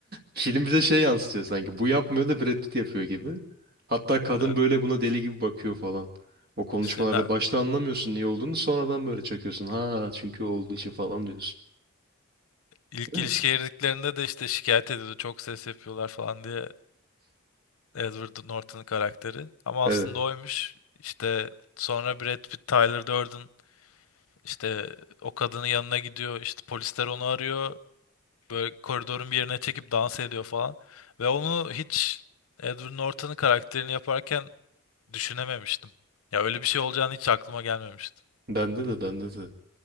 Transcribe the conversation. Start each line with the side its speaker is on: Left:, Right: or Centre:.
Right: film bize şey yansıtıyor sanki bu yapmıyor da Brad Pitt yapıyor gibi. Hatta kadın
Left: Evet.
Right: böyle buna deli gibi bakıyor falan. O konuşmalarda
Left: İşte na-
Right: başta anlamıyorsun niye olduğunu sonradan böyle çakıyorsun. Ha çünkü o olduğu için falan diyorsun.
Left: ilk
Right: Değil
Left: ilişkiye
Right: mi?
Left: girdiklerinde de işte şikayet ediyordu. Çok ses yapıyorlar falan diye Edward Norton'un karakteri. Ama
Right: Evet.
Left: aslında oymuş. İşte sonra Brad Pitt, Tyler Durden işte o kadının yanına gidiyor. İşte polisler onu arıyor. Böyle koridorun bir yerine çekip dans ediyor falan. Ve onu hiç Edward Norton'un karakterini yaparken Düşünememiştim. Ya öyle bir şey olacağını hiç aklıma gelmemişti.
Right: Bende de bende de.